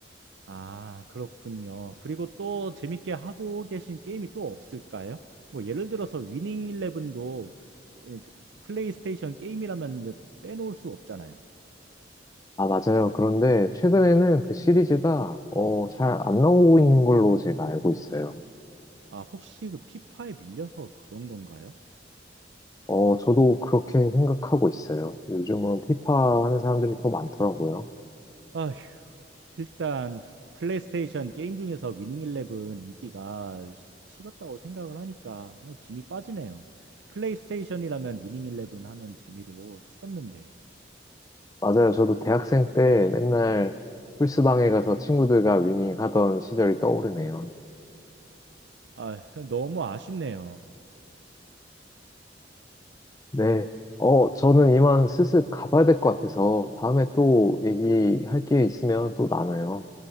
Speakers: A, on the right (about 80°); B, on the left (about 20°).
A: 아, 그렇군요. 그리고 또 재밌게 하고 계신 게임이 또 없을까요? 뭐 예를 들어서 위닝 일레븐도 예, 플레이스테이션 게임이라면 빼놓을 수 없잖아요.
B: 아, 맞아요. 그런데 최근에는 그 시리즈가 어, 잘 안 나오고 있는 걸로 제가 알고 있어요.
A: 아, 혹시 그 피파에 밀려서 그런 건가요?
B: 어, 저도 그렇게 생각하고 있어요. 요즘은 피파 하는 사람들이 더 많더라고요.
A: 아휴, 일단 플레이스테이션 게임 중에서 위닝 일레븐 인기가 시- 식었다고 생각을 하니까 김이 빠지네요. 플레이스테이션이라면 위닝 일레븐 하는 재미로 했었는데
B: 맞아요. 저도 대학생 때 맨날 풀스방에 가서 친구들과 위닝 하던 시절이 떠오르네요.
A: 아, 너무 아쉽네요.
B: 네. 어, 저는 이만 슬슬 가봐야 될 것 같아서 다음에 또 얘기할 게 있으면 또 나눠요.